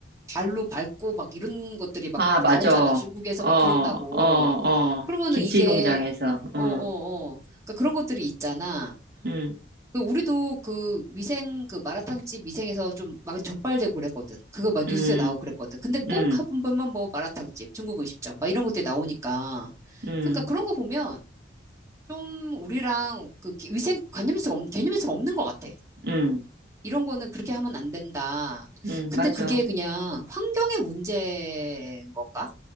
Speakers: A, on the right (about 15°); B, on the right (about 55°).
A: 발로 밟고 막 이런 것들이 막
B: 아, 맞아.
A: 나오잖아.
B: 어,
A: 중국에서
B: 어,
A: 막 그런다고.
B: 어.
A: 그러면은
B: 김치
A: 이게,
B: 공장에서. 응,
A: 어, 어, 어. 그러니까 그런 것들이 있잖아.
B: 응,
A: 그 우리도 그 위생, 그 마라탕집 위생에서 좀 막 적발되고 그랬거든. 그거 막
B: 응,
A: 뉴스에 나오고 그랬거든. 근데 꼭
B: 응,
A: 한 번만 뭐 마라탕집, 중국 음식점, 막 이런 것들이 나오니까.
B: 응,
A: 그러니까 그런 거 보면 좀 우리랑 그 기- 위생 관념에서, 없- 개념에서 없는 것 같아.
B: 응,
A: 이런 거는 그렇게 하면 안 된다.
B: 응,
A: 근데
B: 맞아.
A: 그게 그냥 환경의 문제인 건가?